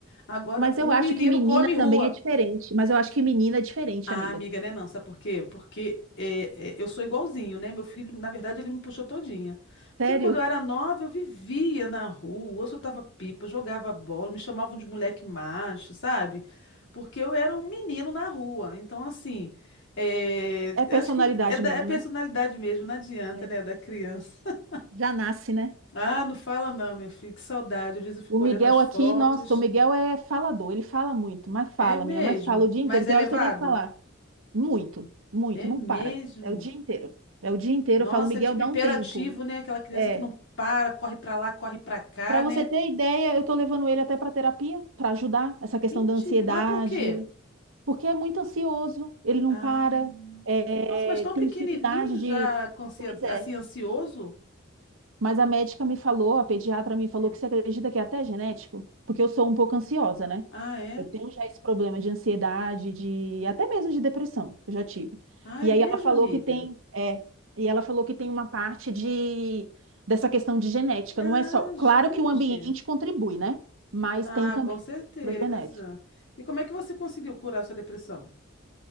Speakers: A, on the left; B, on the right.
A: Agora,
B: Mas
A: um
B: eu acho
A: menino
B: que menina
A: come rua.
B: também é diferente. Mas eu acho que menina é diferente,
A: Ah,
B: amiga.
A: amiga, né? Não, sabe por quê? Porque é, é, eu sou igualzinho, né? Meu filho, na verdade, ele me puxou todinha.
B: Sério?
A: Porque quando eu era nova, eu vivia na rua, eu soltava pipa, eu jogava bola, me chamavam de moleque macho, sabe? Porque eu era um menino na rua. Então, assim, é,
B: É personalidade
A: eu acho que é da
B: mesmo,
A: é personalidade
B: né?
A: mesmo, não adianta,
B: É.
A: né? Da criança. <laughs>
B: Já nasce, né?
A: Ah, não fala não, minha filha, que saudade. Às vezes eu fico
B: O Miguel
A: olhando as fotos.
B: aqui, nossa, o Miguel é falador, ele fala muito, mas fala,
A: É mesmo?
B: menina, mas fala o dia
A: Mas
B: inteiro. Tem
A: é levado?
B: horas que eu tenho que falar. Muito, muito,
A: É
B: não
A: mesmo?
B: para. É o dia inteiro. É o dia inteiro.
A: Nossa,
B: Eu falo, Miguel,
A: é tipo
B: dá
A: hiperativo,
B: um tempo.
A: né? Aquela criança
B: É.
A: que não para, corre pra lá, corre pra cá,
B: Para você
A: né?
B: ter ideia, eu tô levando ele até para terapia para ajudar essa questão
A: Mentira,
B: da ansiedade,
A: mas por quê?
B: porque é muito ansioso, ele não
A: Ah,
B: para, é,
A: nossa, mas tão
B: tem
A: pequenininho
B: dificuldade de.
A: já, com ansia-
B: Pois é.
A: assim, ansioso?
B: Mas a médica me falou, a pediatra me falou
A: Hum.
B: que você acredita que é até genético? Porque eu sou um pouco ansiosa, né?
A: Ah, é?
B: Eu tenho já esse problema de ansiedade, de até mesmo de depressão, eu já tive.
A: Ah,
B: E
A: é mesmo,
B: aí ela falou
A: amiga?
B: que tem, é, e ela falou que tem uma parte de dessa questão de genética,
A: Ah,
B: não é só, claro
A: gente.
B: que o ambiente contribui, né? Mas
A: Ah,
B: tem também
A: com certeza.
B: a questão da genética.
A: E como é que você conseguiu curar sua depressão?